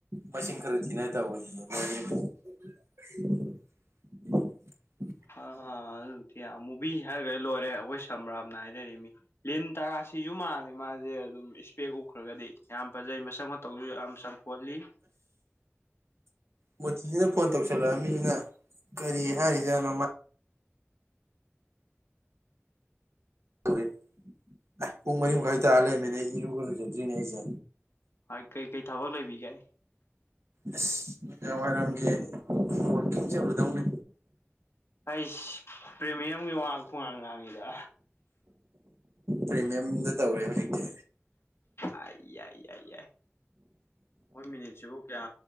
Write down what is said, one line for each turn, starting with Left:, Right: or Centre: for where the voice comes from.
Right: ꯃꯁꯤꯡ ꯈꯔ ꯊꯤꯅ ꯇꯧꯋꯦꯌꯦ <unintelligible> <inaudible>
Left: ꯑ ꯑ ꯑꯗꯨꯕꯨꯗꯤ ꯑꯃꯨꯕꯤ ꯍꯥꯏꯒ꯭ꯔ ꯂꯣꯏꯔꯦ ꯑꯈꯣꯏ ꯁꯝꯕ꯭ꯔꯥꯝꯅ ꯍꯥꯏꯅꯔꯤꯝꯃꯤ ꯂꯤꯟ ꯇꯒꯥ ꯁꯤꯖꯨ ꯃꯥꯜꯂꯦ ꯃꯥꯖꯦ ꯑꯗꯨꯝ ꯏꯁꯄꯦꯛ ꯎꯞꯈ꯭ꯔꯒꯗꯤ ꯌꯥꯝ ꯐꯖꯩ ꯃꯁꯛ ꯃꯇꯧꯖꯨ ꯌꯥꯝ ꯆꯪꯈꯣꯜꯂꯤ
Right: ꯃꯣꯇꯤꯖꯤꯅ ꯐꯣꯟ ꯇꯧꯁꯜꯂꯛꯑꯝꯃꯤꯖꯤꯅ ꯀꯔꯤ ꯍꯥꯏꯔꯤꯖꯥꯠꯅꯣ ꯃꯥ ꯐꯨꯔꯤꯠ ꯑꯦ ꯄꯨꯡ ꯃꯔꯤ ꯃꯈꯥꯏ ꯇꯥꯔ ꯂꯩꯔꯝꯃꯦꯅꯦ ꯏꯔꯨꯒ ꯂꯨꯖꯗ꯭ꯔꯤꯅꯦ ꯑꯩꯖꯦ
Left: ꯍꯣꯏ ꯀꯩꯀꯩ ꯊꯕꯛ ꯂꯩꯕꯤꯒꯦ
Right: ꯑꯁ ꯅꯨꯡꯗꯥꯡꯋꯥꯏꯔꯝꯒꯤ ꯋꯥꯛꯀꯤꯡ ꯆꯠꯂꯨꯗꯧꯅꯤ
Left: ꯑꯩꯁ ꯄ꯭ꯔꯦꯃꯤꯌꯝꯒꯤ ꯋꯥ ꯈꯨꯉꯥꯡ ꯉꯥꯡꯉꯤꯗꯥ
Right: ꯄ꯭ꯔꯤꯃꯤꯌꯝꯗ ꯇꯧꯔꯦ ꯍꯧꯖꯤꯛꯇꯤ
Left: ꯑꯥꯢ ꯌꯥꯏ ꯌꯥꯏ ꯌꯥꯏ ꯃꯣꯏ ꯃꯤꯅꯤꯠꯁꯤꯕꯨ ꯀꯌꯥ